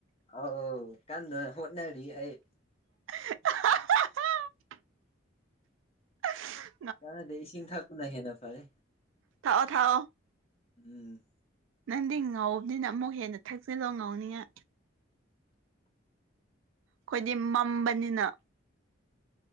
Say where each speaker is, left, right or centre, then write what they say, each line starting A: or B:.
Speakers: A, on the left (about 30°); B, on the right (about 85°).
A: ꯑ ꯀꯗ ꯍꯣꯠꯅꯔꯤ ꯑꯩ
B: <unintelligible> <unintelligible>
A: ꯀꯥꯟꯅꯗꯦ ꯏꯁꯤꯡ ꯊꯥꯛꯄꯅ ꯍꯦꯟꯅ ꯐꯔꯦ
B: ꯊꯥꯑꯣ ꯊꯥꯑꯣ
A: ꯎꯝ
B: ꯅꯪꯗꯤ ꯉꯥꯎꯕꯅꯤꯅ ꯑꯃꯨꯛ ꯍꯦꯟꯅ ꯊꯛꯆꯤꯜꯂꯣ ꯉꯥꯎꯅꯤꯡꯉꯥꯏ ꯈꯣꯏꯗꯤ ꯃꯝꯕꯅꯤꯅ